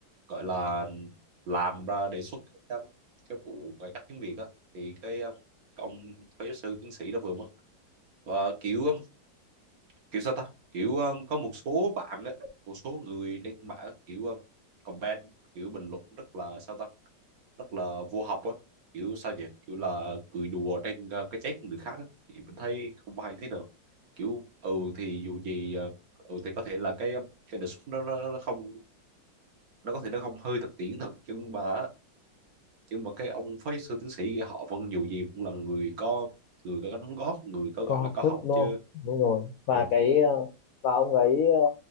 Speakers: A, on the right; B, on the left.
A: gọi là làm ra đề xuất cái, um, cái vụ cải cách tiếng Việt á thì cái um, ông phó giáo sư tiến sĩ đã vừa mất và kiểu um, kiểu sao ta kiểu um, có một số bạn á một số người trên mạng kiểu um, comment kiểu bình luận rất là sao ta rất là vô học á kiểu sao nhỉ kiểu là cười đùa trên uh, cái chết của người khác á. thì mình thấy không hay thế nào kiểu ừ thì dù gì uh, ừ thì có thể là cái um, cái đề xuất đó nó, nó nó không nó có thể nó không hơi thực tiễn thật nhưng mà nhưng mà cái ông phái sư tiến sĩ kia họ vẫn dù gì cũng là người có người có đóng góp người có
B: có
A: gọi
B: học
A: là có
B: thức
A: học
B: đô
A: chứ
B: đúng rồi và
A: ừ
B: cái ờ, và ông ấy ờ,